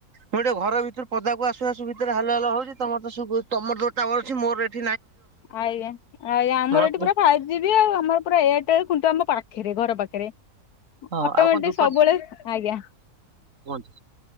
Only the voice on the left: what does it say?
ଆଜ୍ଞା ଆଜ୍ଞା ଆମର
ଏଠି
ପୁରା ଫାଇଭ ଜିବି ଆଉ ଆମର ପୁରା ଏ ଟେଲ ଖୁଣ୍ଟ ଆମ ପାଖରେ ଘର ପାଖରେ।
ଅଟୋମେଟିକ
ସବୁବେଳେ ଆଜ୍ଞା।